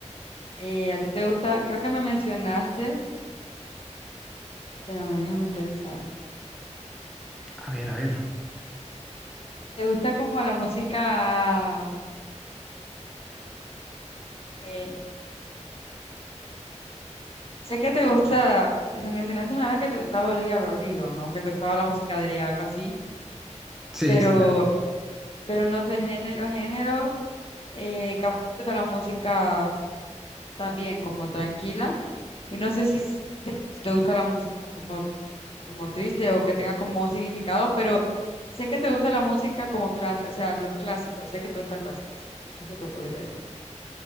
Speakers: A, on the left; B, in the centre.
A: eh, a ti te gusta, creo que me mencionaste, espérame, déjame pensar,
B: A ver, a ver.
A: te gusta como la música, eh, sé que te gusta, me mencionaste una vez que te gustaba Olivia Rodrigo, ¿no? Que te gustaba la música de ella, algo así,
B: Sí,
A: pero,
B: sí, claro.
A: pero no sé, género, género, eh, capaz te gusta la música también como tranquila, y no sé si se- te gusta la música como como triste o que tenga como un significado, pero sé que te gusta la música como clásica, o sea, los clásicos, sé que te gustan los clásicos, es lo que podría decir.